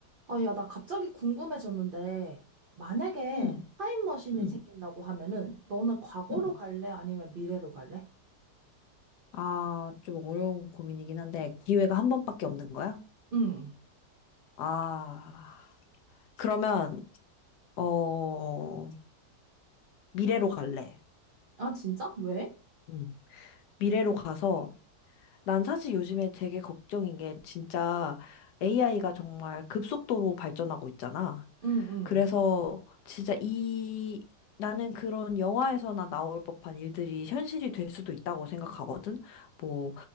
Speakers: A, on the right; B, on the left.
A: 아, 야, 나 갑자기 궁금해졌는데, 만약에
B: 음,
A: 타임머신이
B: 음,
A: 생긴다고 하면은, 너는 과거로
B: 음.
A: 갈래? 아니면 미래로 갈래?
B: 아, 좀 어려운 고민이긴 한데, 기회가 한 번밖에 없는 거야?
A: 응.
B: 아, 그러면, 어, 미래로 갈래.
A: 아, 진짜? 왜?
B: 음. 미래로 가서, 난 사실 요즘에 되게 걱정인 게, 진짜 AI가 정말 급속도로 발전하고 있잖아.
A: 응, 응.
B: 그래서 진짜 이 나는 그런 영화에서나 나올 법한 일들이 현실이 될 수도 있다고 생각하거든. 뭐